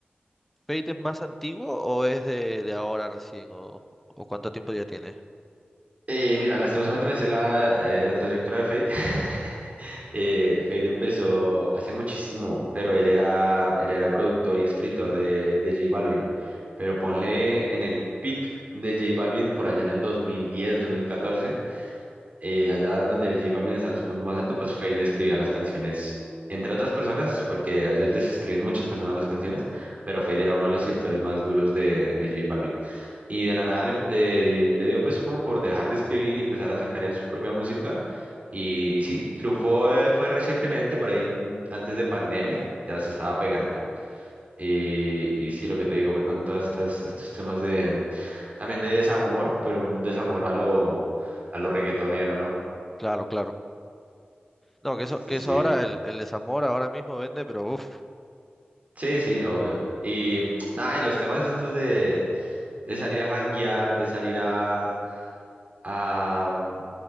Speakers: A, in the centre; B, on the right (about 40°).
A: ¿Fate es más antiguo o es de, de ahora recién? O, o cuánto tiempo ya tiene?
B: Eh, mira, lastimosamente me sé la, eh, la trayectoria de Fate. <laughs> Eh, Fate empezó hace muchísimo, pero él era, él era productor y escritor de, de J Balvin. Pero ponle en el peak de J Balvin por allá en el 2010, 2014. eh, allá donde J Balvin estaba en su punto más alto, pues Feid le escribía las canciones, entre otras personas, porque a ellos les escriben muchas personas las canciones, pero Feid era uno de los escritores más duros de, de J Balvin. Y de la nada le, le di- le dio pues como por dejar de escribir y empezar a sacar él su propia música. Y sí, triunfó, eh, fue recientemente, por ahí mm, antes de pandemia, ya se estaba pegando. Y, y sí, lo que te digo fue con todas estas, estos temas de, también de desamor, pero un desamor a lo, a lo reggaetonero, ¿no?
A: Claro, claro. No, que eso,
B: Sí,
A: que
B: sí,
A: eso ahora, el, el desamor ahora mismo vende, pero uff,
B: sí, sí, obvio. Y mm, nada, y los temas estos de, de salir a janguear, de salir a, a, mm,